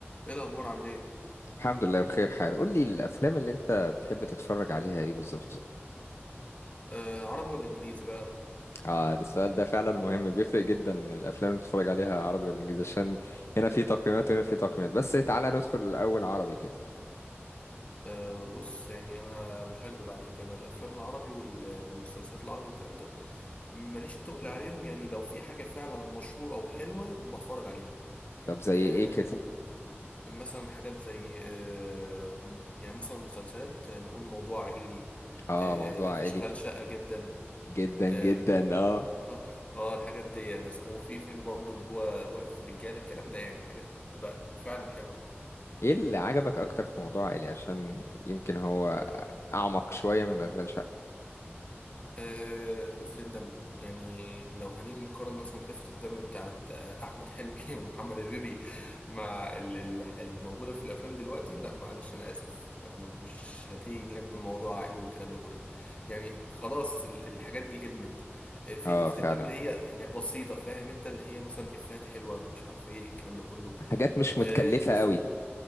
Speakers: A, on the left; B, on the left.
A: ايه الاخبار عامل ايه
B: الحمد لله بخير حال قول لي الافلام اللي انت بتحب تتفرج عليها ايه بالظبط
A: آه عربي ولا انجليزي بقى
B: اه ده السؤال ده فعلا مهم بيفرق جدا الافلام اللي بتتفرج عليها عربي ولا انجليزي عشان هنا في تقييمات وهنا في تقييمات بس تعالى ندخل الاول عربي كده
A: آه بص يعني انا مش هكدب عليك انا الافلام العربي والمسلسلات العربي والكلام ده ماليش تقل عليهم يعني لو في حاجه فعلا مشهوره او حلوه بتفرج عليها
B: طب زي
A: آه
B: ايه كده
A: مثلا حاجات زي آه م- يعني مثلا مسلسلات آه، نقول موضوع عائلي
B: اه
A: آه
B: موضوع عائلي
A: اشغال
B: بت-
A: شاقه جدا
B: جدا
A: آه
B: جدا اه
A: اه آه، الحاجات دي مثلا وفي فيلم برضو اللي هو وقفة الرجالة الكلام ده يعني حاجات تبقى فعلا حلوة
B: ايه اللي عجبك اكتر في موضوع عائلي عشان يمكن هو اعمق شوية من اشغال شقة
A: آه، خفة الدم يعني لو هنيجي نقارن مثلا خفة الدم بتاعت آه، أحمد حلمي <laughs> ومحمد هنيدي مع ال- ال- اللي موجودة في الأفلام دلوقتي لا معلش أنا آسف مش هتيجي جنب موضوع عائلي والكلام ده كله يعني خلاص ال- الحاجات دي قدمت آه، في
B: اه
A: خفة
B: فعلا
A: الدم اللي هي يعني بسيطة فاهم أنت اللي هي مثلا إفيهات حلوة مش عارف إيه الكلام ده كله
B: حاجات مش متكلفة
A: آه هز-
B: قوي